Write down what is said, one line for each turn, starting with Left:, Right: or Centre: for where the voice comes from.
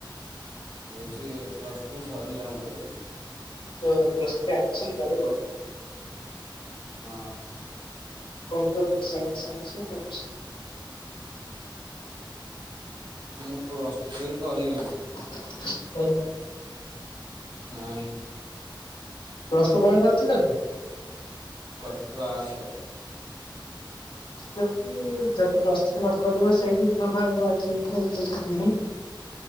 Right: ହଉଚି ପ୍ଲସ ଟୁ ସରିଲା ମୋର ଏବେ।
Left: ଓହୋ, ପ୍ଲସ୍ ଥ୍ରି ଆଡମିଶନ୍ କରିବ?
Right: ହଁ।
Left: କଣ କରିବ <unintelligible> ନା କମର୍ସ?
Right: ମୁଁ ପ୍ଲସ୍ ଥ୍ରୀ କରିବିନି।
Left: <unintelligible>
Right: ନାଇଁ।
Left: ପ୍ଲସ୍ ଟୁ କଣ କରିଥିଲ କି?
Right: ପ୍ଲସ୍ ଟୁ ଆର୍ଟ୍ସ କରିଚି।
Left: ଯଦି-ଯଦି ପ୍ଲସ୍ ଥ୍ରି ନ କରିବ ସେଇ ଡିପ୍ଲୋମା <unintelligible> ଆଉ ତ କିଛି ନାହିଁ।